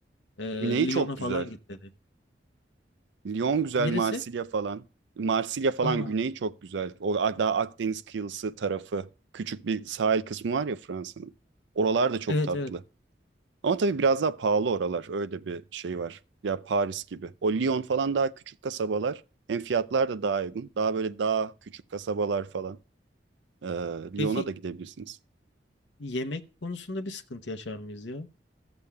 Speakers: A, on the left (about 80°); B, on the right (about 80°).
A: Ee,
B: Güneyi
A: Lyon'a
B: çok
A: falan
B: güzel.
A: git dedi.
B: Lyon güzel,
A: Neresi?
B: Marsilya falan. Marsilya falan
A: Aa,
B: güneyi çok güzel. O a- daha Akdeniz kıyısı tarafı. Küçük bir sahil kısmı var ya Fransa'nın. Oralar da çok
A: evet
B: tatlı.
A: evet.
B: Ama tabii biraz daha pahalı oralar. Öyle bir şey var. Ya Paris gibi. O Lyon falan daha küçük kasabalar. Hem fiyatlar da daha uygun. Daha böyle daha küçük kasabalar falan. Ee, Lyon'a
A: Peki
B: da gidebilirsiniz.
A: yemek konusunda bir sıkıntı yaşar mıyız ya?